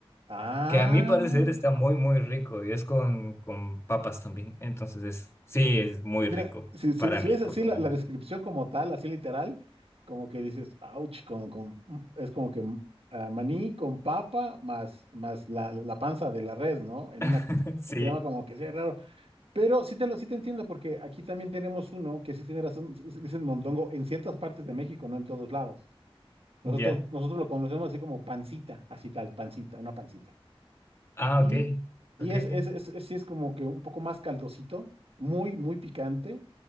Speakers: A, on the right; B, on the left.
A: Ah.
B: que a mi parecer está muy, muy rico y es con, con papas también. Entonces es, sí, es muy
A: Mira,
B: rico,
A: si, si-
B: para
A: si
B: mí
A: ves
B: por
A: así
B: lo
A: la,
B: menos.
A: la descripción como tal, así literal, como que dices, ouch, con, con- es como que mm, ah, maní con papa más, más la, la panza de la res, ¿no? En una
B: <laughs> Sí,
A: crema como que sea raro. Pero sí te lo, sí te entiendo, porque aquí también tenemos uno que sí tiene razón, s- s- dicen mondongo en ciertas partes de México, no en todos lados. Nosotros,
B: ya.
A: nosotros lo conocemos así como pancita, así tal, pancita, una pancita.
B: Ah,
A: Y,
B: ok.
A: y
B: Ok,
A: es,
B: ok.
A: es, es, es- sí es como que un poco más caldosito, muy, muy picante